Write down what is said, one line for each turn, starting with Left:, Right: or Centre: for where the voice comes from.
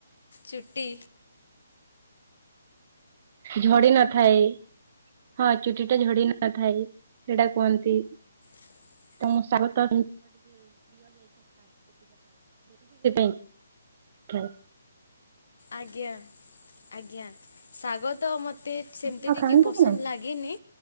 Left: ଚୁଟି
Right: ଝଡି ନଥାଏ ହଁ ଚୁଟି ଟା ଝଡି ନଥାଏ ସେଇଟା କୁହନ୍ତି
Left: <inaudible>
Right: ତ ମୁଁ ସାହୁତ <unintelligible> ଖାଏ
Left: ଆଜ୍ଞା ଆଜ୍ଞା ଶାଗ ତ ମତେ ସେମିତି
Right: ଆପଣ
Left: ଟିକେ
Right: ଖାଆନ୍ତି
Left: ପସନ୍ଦ
Right: କି ନାଇଁ?
Left: ଲାଗେ ଗେନି